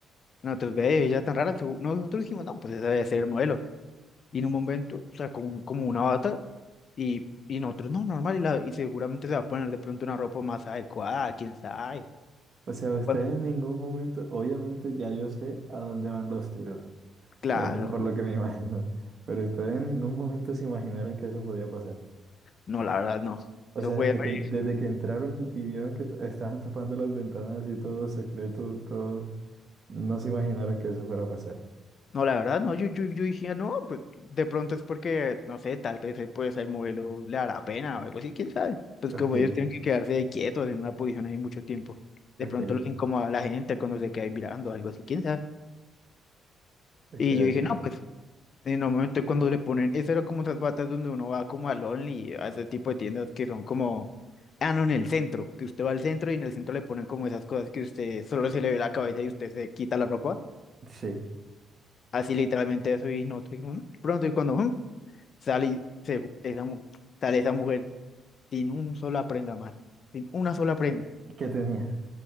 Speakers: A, on the left; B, on the right.
A: nosotros ve ella tan rara. tú- no, nosotros dijimos, no, pues ese debe ser el modelo. Y en un momento, o sea, como, como una bata, y, y nosotros, no, normal, y, la, y seguramente se va a poner de pronto una ropa más adecuada, quién sabe.
B: O sea, usted
A: Bueno,
B: en ningún momento, obviamente ya yo sé a dónde van los tiros,
A: claro,
B: por, por lo que me <laughs> imagino, pero ustedes en ningún momento se imaginaron que eso podía pasar.
A: no, la verdad no.
B: O
A: Eso
B: sea,
A: fue
B: desde
A: re-
B: que, desde que entraron y vieron que t- estaban tapando las ventanas y todo secreto, todo, no se imaginaron que eso fuera a pasar.
A: No, la verdad, no, yo, yo, yo dije, no, pues de pronto es porque, no sé, tal vez eh, pues el modelo le hará pena o algo así, quién sabe. Pues
B: Ok,
A: como ellos tienen que quedarse ahí quietos en una posición ahí mucho tiempo, de
B: ok,
A: pronto los incomoda a la gente cuando se quedan mirando, algo así, quién sabe.
B: ok,
A: Y yo dije,
B: ok.
A: no, pues en un momento cuando le ponen, esas eran como esas batas donde uno va como al Only, a ese tipo de tiendas que son como, ah, no, en el centro, que usted va al centro y en el centro le ponen como esas cosas que usted solo se le ve la cabeza y usted se quita la ropa.
B: Sí,
A: Así literalmente eso y no tengo uno. Pronto y cuando, Sale, y se, esa, mu- sale esa mujer sin un sola prenda más, sin una sola prenda.
B: ¿qué tenía?